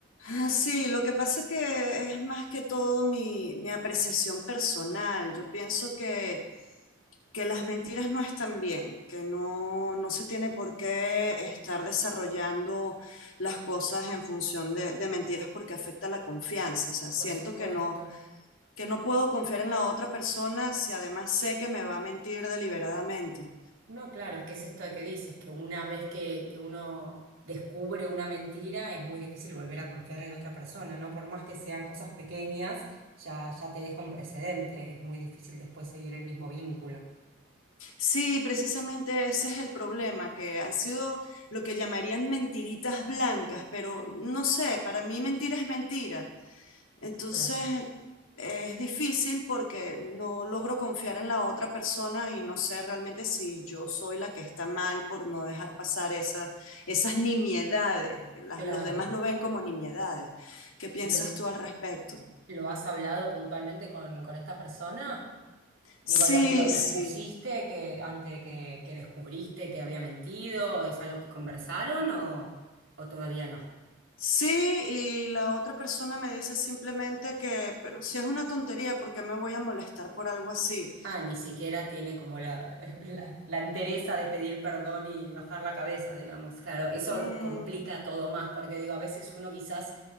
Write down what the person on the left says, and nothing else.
Ah, Sí, lo que pasa que es más que todo mi, mi apreciación personal. Yo pienso que que las mentiras no están bien, que no, no se tiene por qué estar desarrollando las cosas en función de, de mentiras porque afecta la confianza. O sea, siento
que no, que no puedo confiar en la otra persona si además sé que me va a mentir deliberadamente.
Sí, precisamente ese es el problema, que han sido lo que llamarían mentiritas blancas, pero no sé, para mí mentira es mentira. Entonces
eh, es difícil porque no logro confiar en la otra persona y no sé realmente si yo soy la que está mal por no dejar pasar esas, esas nimiedades, que las-
los demás lo ven como nimiedades. ¿Qué piensas
tú al respecto?
Sí,
sí.
Sí, y la otra persona me dice simplemente que, pero si es una tontería, ¿por qué me voy a molestar por algo así?
Mm,